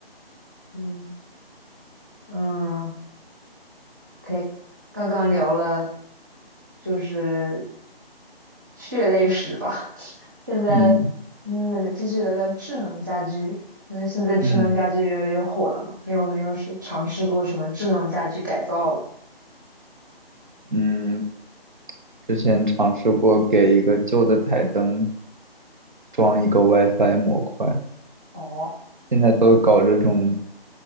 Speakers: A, on the right; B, on the right.
A: 嗯嗯，可以，刚刚聊了就是血泪史吧。现在，
B: 嗯
A: 嗯，我们继续聊聊智能家居，因为现在智能家居越来越火了嘛。
B: 嗯
A: 你有没有是尝试过什么智能家居改造？
B: 嗯，之前尝试过给一个旧的台灯装一个 WiFi 模块。
A: 哦，
B: 现在都搞这种